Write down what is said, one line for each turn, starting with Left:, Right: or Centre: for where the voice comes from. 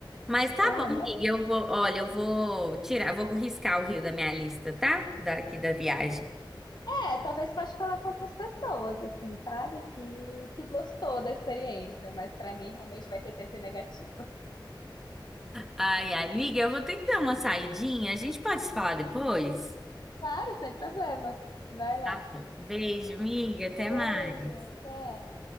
Centre: Mas tá
Left: Ah,
Centre: bom,
Left: mas
Centre: amiga, eu vou, olha, eu vou tirar, vou riscar o Rio da minha lista, tá? Daqui da viagem.
Left: é, talvez pode falar com outras pessoas, assim, sabe? Que, que gostou da experiência, mas pra mim realmente vai ser sempre negativa.
Centre: Ai, ai, amiga, eu vou ter que dar uma saidinha. A gente pode se falar depois?
Left: Uhum. Claro, sem problemas. Vai lá.
Centre: Tá bom. Beijo, amiga, até
Left: Beijo,
Centre: mais.
Left: até.